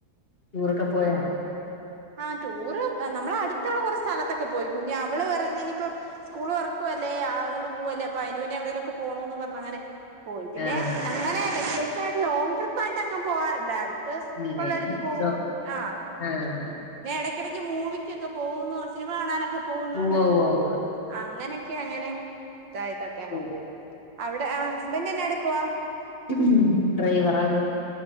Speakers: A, on the left (about 35°); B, on the right (about 75°).
A: ടൂറൊക്കെ പോയോ
B: ആ ടൂറ് നമ്മള അടുത്തുള്ള കുറ സ്ഥലത്തൊക്കെ പോയി കുഞ്ഞഞ് അവള് വര ഇനിയിപ്പോ സ്കൂള് വ പ്പ അല്ലേ ആ അങ്ങോട്ടു പോവല്ലേ അപ്പൊ അയിനു മുന്നേ എവിടെ ലുമൊക്കെ പോണെന്നും പറഞ്ഞാ അങ്ങനെ പോയി പിന്നെഅങ്ങനെ
A: ആഹ്
B: വെക്കേഷൻആയിട്ട്ലോങ് ട്രിപ്പായിട്ട് എങ്ങുംപോവാറില്ലയി
A: ഇല്ല
B: കൊള്ളടുത്ത്
A: ഇല്ല
B: പോവും
A: ദോ
B: ആ
A: ആഹ്
B: ക്കടക്ക് മൂ്ക്ക് ഒക്കെ പോകുന്നു സിനിമ കാണാനൊക്കെ പോകുന്നുണ്ട്
A: ഉവ്വ ഉവ്വ
B: അങ്ങനെയൊക്കെ അങ്ങനെ ഇതായിട്ടൊക്കെ അങ്ങെ
A: ഉവ്വ
B: പോവും അവിടെ ആ ഹസ്ബൻഡ്ന്റെ ന്നാ എടുക്കുവാ
A: ഉ ഡ്രൈവറാണെ